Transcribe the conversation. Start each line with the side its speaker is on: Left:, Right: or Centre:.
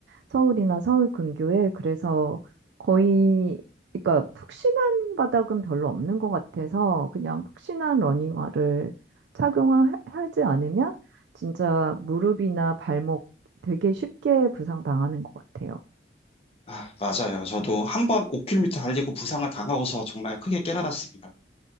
Right: 서울이나 서울 근교에. 그래서 거의, 그러니까 푹신한 바닥은 별로 없는 것 같아서 그냥 푹신한 러닝화를 착용하지 않으면 진짜 무릎이나 발목 되게 쉽게 부상당하는 것 같아요.
Left: 아, 맞아요. 저도 한 번 5km 달리고 부상을 당하고서 정말 크게 깨달았습니다.